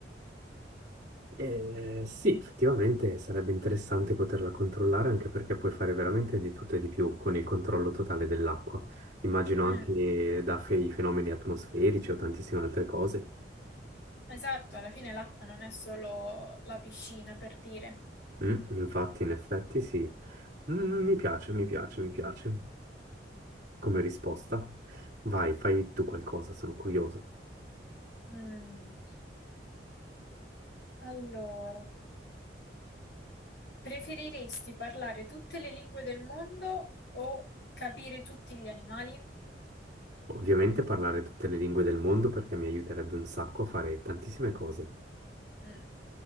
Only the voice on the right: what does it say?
Eh, sì, effettivamente sarebbe interessante poterla controllare anche perché puoi fare veramente di tutto e di più con il controllo totale dell'acqua. Immagino
anche da fe- i fenomeni atmosferici o tantissime altre cose.
Mm, infatti, in effetti, sì. Mm, mi piace, mi piace, mi piace. Come risposta, vai, fai tu qualcosa, sono curioso.
Ovviamente parlare tutte le lingue del mondo perché mi aiuterebbe un sacco a fare tantissime cose.